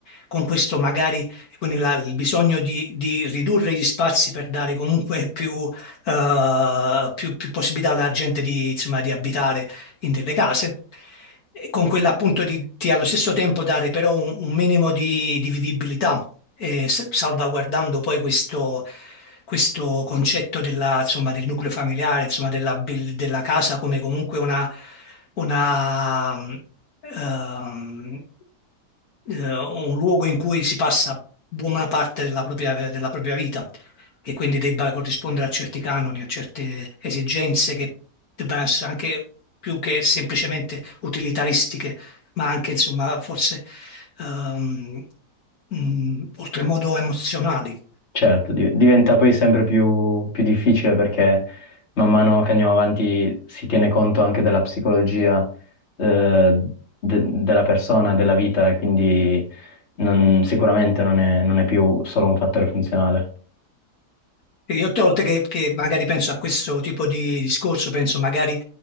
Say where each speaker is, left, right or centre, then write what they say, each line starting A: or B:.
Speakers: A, on the left (about 65°); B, on the left (about 40°).
A: Con questo magari, quindi la- il bisogno di, di ridurre gli spazi per dare comunque più, eh, più- più possibilità alla gente di, insomma, di abitare in delle case, e con quella appunto di, di allo stesso tempo dare però un, un minimo di, di vivibilità, eh, s- salvaguardando poi questo, questo concetto della, insomma, del nucleo familiare, insomma, della, bel- della casa come comunque una, una, mm, ehm, eh, un luogo in cui si passa buona parte della propria, della propria vita che quindi debba corrispondere a certi canoni, a certe esigenze che debbano essere anche più che semplicemente utilitaristiche, ma anche insomma forse ehm, mh, oltremodo emozionali.
B: Certo, di- diventa poi sempre più, più difficile perché man mano che andiamo avanti si tiene conto anche della psicologia eh, de- della persona, della vita e quindi non- sicuramente non è, non è più solo un fattore funzionale.
A: E Io tutte le volte che, che magari penso a questo tipo di discorso, penso magari